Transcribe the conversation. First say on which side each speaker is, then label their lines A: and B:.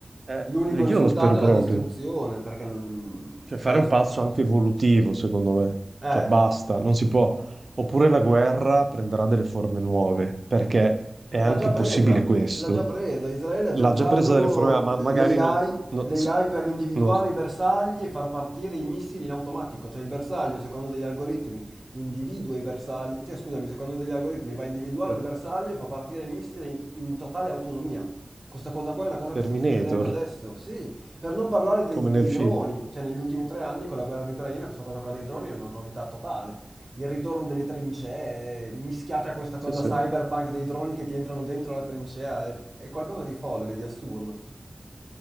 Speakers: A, on the right (about 60°); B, on the right (about 30°).
A: Eh,
B: l'unico risultato
A: io lo spero proprio.
B: è la distruzione, perché non...
A: Cioè, fare
B: cioè la...
A: un passo anche evolutivo, secondo me.
B: Eh,
A: Cioè, basta, non si può. Oppure la guerra prenderà delle forme nuove, perché è
B: L'ha
A: anche
B: già presa,
A: possibile questo.
B: l'ha già presa. Israele ha
A: L'ha
B: già usato
A: già presa delle forme, ma magari
B: l'AI,
A: non... non,
B: l'AI per individuare
A: non-
B: i bersagli e far partire i missili in automatico. Cioè il bersaglio, secondo degli algoritmi, individua i bersagli, cioè scusami, secondo degli algoritmi va a individuare
A: eh,
B: il bersaglio e fa partire il missile in, in totale autonomia. Questa cosa qua è una cosa
A: Terminator,
B: che sta succedendo adesso, sì. Per non parlare dei,
A: come nel
B: dei
A: film.
B: droni, cioè negli ultimi tre anni con la guerra di Ucraina, questa cosa qua dei droni è una novità totale il ritorno delle trincee, eh, mischiate a questa cosa
A: Sì, sì.
B: cyberpunk dei droni che ti entrano dentro la trincea, è, è qualcosa di folle, di assurdo.